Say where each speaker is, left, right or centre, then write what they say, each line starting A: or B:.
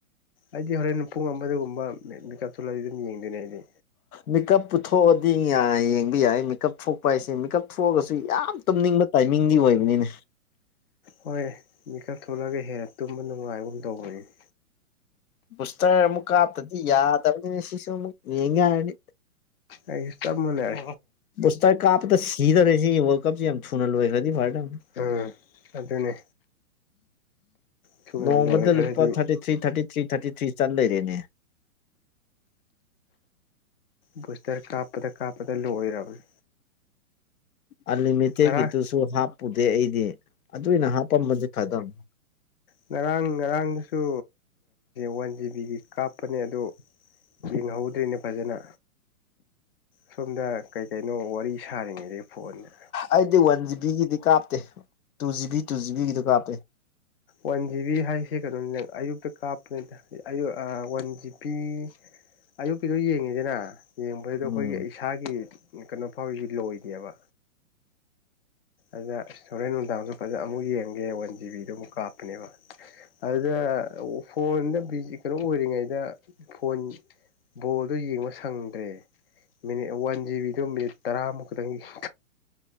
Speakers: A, on the left; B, on the left.
A: ꯑꯩꯗꯤ ꯍꯣꯔꯦꯟ ꯄꯨꯡ ꯑꯃꯗꯒꯨꯝꯕ ꯃꯦꯀꯞ ꯊꯣꯛꯜꯂꯗꯤ ꯑꯗꯨꯝ ꯌꯦꯡꯗꯣꯏꯅꯦ ꯑꯩꯗꯤ
B: ꯃꯦꯀꯞꯄꯨ ꯊꯣꯛꯑꯗꯤ ꯌꯦꯡꯕ ꯌꯥꯏ ꯃꯦꯀꯞ ꯊꯣꯛꯄ ꯍꯥꯏꯁꯦ ꯃꯦꯀꯞ ꯊꯣꯛꯑꯒꯁꯨ ꯌꯥꯝ ꯇꯨꯝꯅꯤꯡꯕ ꯇꯥꯏꯃꯤꯡꯗꯤ ꯑꯣꯏꯕꯅꯤꯅꯦ
A: ꯍꯣꯏ ꯃꯤꯀꯞ ꯊꯣꯛꯂꯒ ꯍꯦꯟꯅ ꯇꯨꯝꯕ ꯅꯨꯡꯉꯥꯏꯒꯨꯝ ꯇꯧꯕꯅꯤꯅꯦ
B: ꯕꯨꯁꯇꯔ ꯑꯃꯨꯛ ꯀꯥꯞꯇꯗꯤ ꯌꯥꯗꯕꯅꯤꯅꯦ ꯁꯤꯁꯨ ꯑꯃꯨꯛ ꯌꯦꯡꯒꯦ ꯍꯥꯏꯔꯗꯤ
A: ꯑꯩꯁꯨ ꯆꯞ ꯃꯅꯩ
B: ꯕꯨꯁꯇ ꯀꯥꯞꯄꯗ ꯁꯤꯗꯧꯔꯦ ꯁꯤꯒꯤ ꯋꯥꯔꯜ ꯀꯞꯁꯤ ꯌꯥꯝ ꯊꯨꯅ ꯂꯣꯏꯈ꯭ꯔꯥꯗꯤ ꯐꯥꯔꯗꯧꯅꯤ
A: ꯎꯝ ꯑꯗꯨꯅꯦ ꯊꯨꯅ
B: ꯅꯣꯡꯃꯗ
A: ꯂꯣꯏꯈ꯭ꯔꯥꯗꯤ
B: ꯂꯨꯄꯥ ꯊꯥꯔꯇꯤ ꯊ꯭ꯔꯤ ꯊꯔꯇꯤ ꯊ꯭ꯔꯤ ꯊꯥꯇꯤ ꯊ꯭ꯔꯤ ꯆꯜ ꯂꯩꯔꯦꯅꯦ
A: ꯕꯨꯁꯇꯔ ꯀꯥꯞꯄꯗ ꯀꯥꯞꯄꯗ ꯂꯣꯏꯔꯕꯅꯦ
B: ꯑꯜꯂꯤꯃꯤꯇꯦꯠꯀꯤꯗꯨꯁꯨ
A: ꯉꯔꯥꯡ
B: ꯍꯥꯞꯄꯨꯗꯦ ꯑꯩꯗꯤ ꯑꯗꯨ ꯑꯣꯏꯅ ꯍꯥꯄꯝꯃꯗꯤ ꯐꯗꯧꯅꯤ
A: ꯉꯔꯥꯡ ꯉꯔꯥꯡꯁꯨ ꯋꯥꯟ ꯖꯤꯕꯤꯒꯤ ꯀꯥꯞꯄꯅꯦ ꯑꯗꯨ ꯌꯦꯡꯍꯧꯗꯦꯅꯦ ꯐꯥꯖꯅ ꯁꯣꯝꯗ ꯀꯩ ꯀꯩꯅꯣ ꯋꯥꯔꯤ ꯁꯥꯔꯤꯉꯩꯗ ꯐꯣꯟꯗ
B: ꯑꯩꯗꯤ ꯋꯥꯟ ꯖꯤꯕꯤꯒꯤꯗꯤ ꯀꯥꯞꯇꯦ ꯇꯨ ꯖꯤꯕꯤ ꯇꯨ ꯖꯤꯕꯤꯒꯤꯗꯣ ꯀꯥꯞꯄꯦ
A: ꯋꯥꯟ ꯖꯤꯕꯤ ꯍꯥꯏꯁꯦ ꯀꯩꯅꯣꯅꯤꯗ ꯑꯌꯨꯛꯇ ꯀꯥꯞꯄꯅꯤꯗ ꯑꯌꯨꯛ ꯑꯥ ꯋꯥꯟ ꯖꯤꯕꯤ ꯑꯌꯨꯛꯀꯤꯗꯣ ꯌꯦꯡꯉꯤꯗꯅ ꯌꯦꯡꯕꯖꯤꯗ
B: ꯎꯝ
A: ꯑꯩꯈꯣꯏꯒꯤ ꯏꯁꯥꯒꯤ ꯀꯩꯅꯣ ꯐꯥꯎꯁꯤ ꯂꯣꯏꯗꯦꯕ ꯑꯗ ꯏꯁ ꯍꯣꯔꯦꯟ ꯅꯨꯡꯗꯥꯡꯁꯨ ꯐꯥꯖꯅ ꯑꯃꯨꯛ ꯌꯦꯡꯒꯦ ꯋꯥꯟ ꯖꯤꯕꯤꯗꯨ ꯑꯃꯨꯛ ꯀꯥꯞ ꯄꯅꯦꯕ ꯑꯗꯨꯗ ꯐꯣꯟꯗ ꯕꯤꯖꯤ ꯀꯩꯅꯣ ꯑꯣꯏꯔꯤꯉꯩꯗ ꯐꯣꯟ ꯕꯣꯜꯗꯣ ꯌꯦꯡꯕ ꯁꯪꯗ꯭ꯔꯦ ꯃꯤꯅꯤꯠ ꯋꯥꯟ ꯖꯤꯕꯤꯗꯣ ꯃꯤꯅꯤꯠ ꯇꯔꯥꯃꯨꯛ ꯈꯛꯇꯪꯒꯤ <unintelligible>